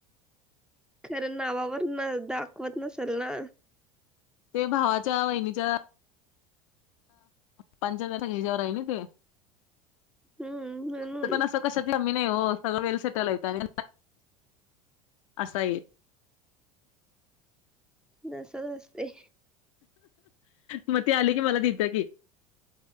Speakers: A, in the centre; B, on the left.
A: खरं नावावर न दाखवत नसेल ना
B: ते भावाच्या वहिनीच्या पां जिजवर आहे ना ते
A: हम्म म्हणून
B: तर पण असं कशा आ्ही नाही हो सगळं वेळ सटल य आणि असा आहे <inaudible>
A: नसा न असते
B: मग ते आले की मला देतं की